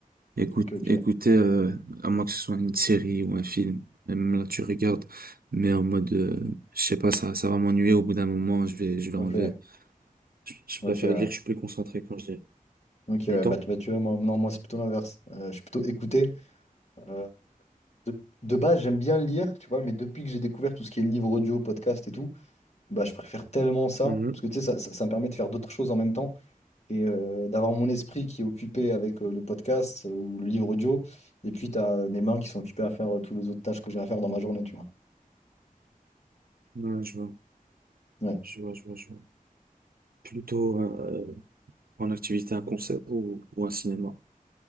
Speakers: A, on the right; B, on the left.
A: Écoute,
B: ok, ok,
A: écoutez, euh, à moins que ce soit une série ou un film, même là tu regardes, mais en mode, euh, je sais pas, ça, ça va m'ennuyer au bout d'un moment, je vais, je vais
B: ok,
A: enlever. Je, je
B: ok,
A: préfère
B: ouais.
A: lire, je suis plus concentré quand je lis.
B: Ok, ouais,
A: Et toi?
B: bah, tu bah, tu vois, moi, non, moi c'est plutôt l'inverse. Euh, je suis plutôt écouter. Euh, de, de base, j'aime bien lire, tu vois, mais depuis que j'ai découvert tout ce qui est livre audio, podcast et tout, bah, je préfère tellement ça,
A: Mhm.
B: parce que tu sais, ça, ça ça me permet de faire d'autres choses en même temps. et euh, d'avoir mon esprit qui est occupé avec euh, le podcast euh, ou le livre audio, et puis tu as mes mains qui sont occupées à faire euh, tous les autres tâches que j'ai à faire dans ma journée, tu vois.
A: Ouais, je vois.
B: Ouais.
A: Je vois, je vois, je vois. Plutôt euh, euh, en activité un concert ou, ou un cinéma.